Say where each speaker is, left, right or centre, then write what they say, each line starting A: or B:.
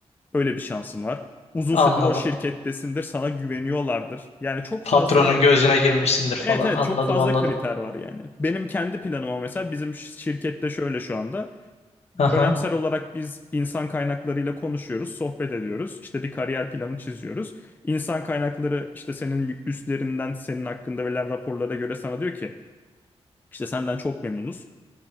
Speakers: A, on the left (about 15°); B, on the left (about 75°).
A: öyle bir şansın var. Uzun
B: anladım.
A: süredir o şirkettesindir, sana güveniyorlardır. Yani çok
B: Patronun
A: fazla
B: gözüne girmişsindir falan
A: Evet evet
B: anladım
A: çok fazla
B: anladım.
A: kriter var yani. Benim kendi planım ama mesela bizim ş- şirkette şöyle şu anda.
B: Haha.
A: Dönemsel olarak biz insan kaynaklarıyla konuşuyoruz, sohbet ediyoruz. İşte bir kariyer planı çiziyoruz. İnsan kaynakları işte senin üstlerinden senin hakkında verilen raporlara göre sana diyor ki işte senden çok memnunuz.